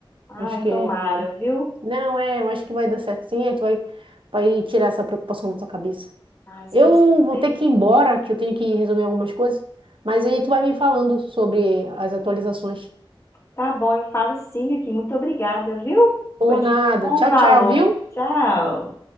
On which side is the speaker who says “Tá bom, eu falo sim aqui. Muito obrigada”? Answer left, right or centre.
Left